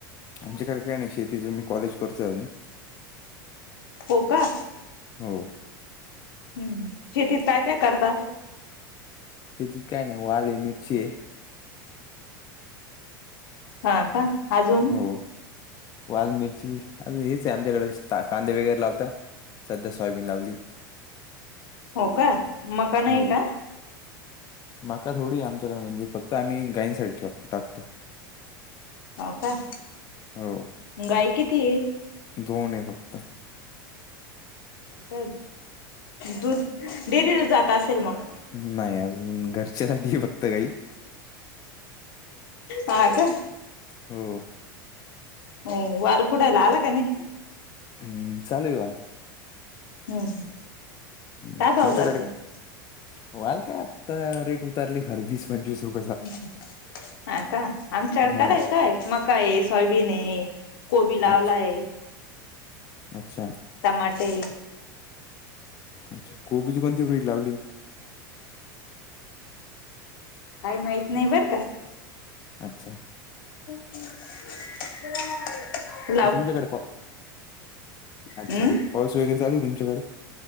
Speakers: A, on the left; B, on the left.
A: आमच्याकडे काही नाही शेतीचे, मी कॉलेज करतोय अजून.
B: हो का.
A: हो.
B: हम्म, शेतीत काय काय करता?
A: शेतीत काय नाही वालये, मिरचीये
B: हां का,, अजून
A: हो, वाल मिरची हेच आहे आमच्याकडे कांदे वगैरे लावता सध्या सोयाबीन लावली.
B: हो का,, मका नाही
A: हो
B: का.
A: मका थोडीय आमच्याकडें म्हणजे फक्त आम्ही गायींसाठी ठेव टाकतो.
B: हो का,, अं
A: हो
B: गाई कितीये?
A: दोन ए फक्त.
B: हो का,, दूध डेरीला जात असेल मग.
A: नाही अजून, घरच्या साठीय फक्त गायी.
B: हा का,,
A: हो.
B: हो वारं खुडायला आला का नाही?
A: हम्म, चालूय वाल.
B: हम्म.
A: हम्म
B: काय भाव
A: तुमच्याकडे,,
B: जातोय
A: वाल काय आता रेट उतारले फार वीस पंचवीस रुपय
B: हच्छ <inaudible> हा का,, आमच्याकडं
A: हो
B: काय काय मका आहे सोयाबीन आहे, कोबी लावलाय.
A: अच्छा अच्छा.
B: टमाटे
A: अच्छा,, कोबीची कोणती फ्र्रीट लावली.?
B: काही माहीत नाही बर का.
A: अच्छा.
B: हो <unintelligible>
A: तुमच्याकडे पा, अच्छा,
B: हम्म
A: पाऊस वगैरे चालू आहे तुमच्याकडे?